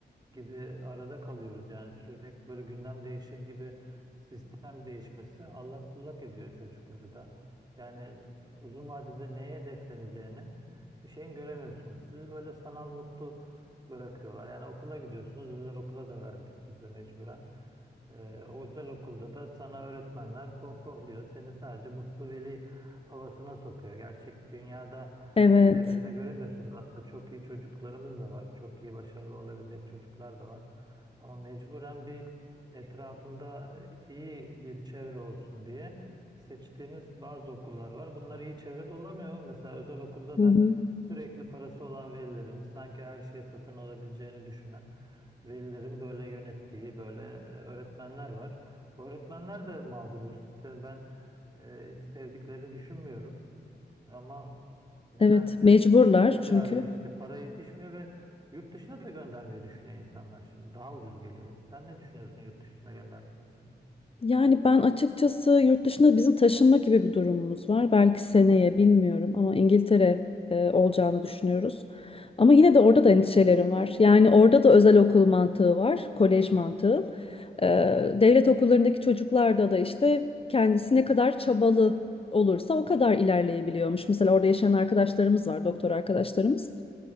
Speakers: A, on the right (about 25°); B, on the left (about 30°).
A: gibi arada kalıyoruz. Yani sürekli böyle gündem değişir gibi sistem değişmesi allak bullak ediyor çocukları da. Yani uzun vadede neye hedefleneceğini bir şeyin göremiyorsunuz. Sizi böyle sanal mutlu bırakıyorlar. Yani okula gidiyorsunuz. Özel okula da verdik biz de mecburen. Ee, o özel okulda da sana öğretmenler pohpohluyor. Seni sadece mutlu veli havasına sokuyor. Gerçek dünyada
B: Evet.
A: Birebir de göremiyorsunuz. Aslında çok iyi çocuklarımız da var. Çok iyi başarılı olabilecek çocuklar da var. Ama mecburen bir etrafında e, iyi bir çevre olsun diye seçtiğimiz bazı okullar var. Bunlar iyi çevrede olamıyor. Mesela özel okulda
B: Hı
A: da
B: hı.
A: sürekli parası olan velilerin sanki her şeyi satın alabileceğini düşünen velilerin böyle yönettiği böyle e, öğretmenler var. O öğretmenler de mağdur bu sistemi ben e, hiç sevdiklerini düşünmüyorum. Ama nedense
B: Evet, mecburlar
A: çok ticarileşti.
B: çünkü.
A: Para yetişmiyor ve yurt dışına da göndermeyi düşünüyor insanlar şimdi. Daha ucuz geliyor. Sen ne düşünüyorsun yurt dışına gönderme konusunda?
B: Yani ben açıkçası yurt dışında bizim taşınma gibi bir durumumuz var. Belki seneye bilmiyorum ama İngiltere e, olacağını düşünüyoruz. Ama yine de orada da endişelerim var. Yani orada da özel okul mantığı var, kolej mantığı. E, devlet okullarındaki çocuklarda da işte kendisi ne kadar çabalı olursa o kadar ilerleyebiliyormuş. Mesela orada yaşayan arkadaşlarımız var, doktor arkadaşlarımız.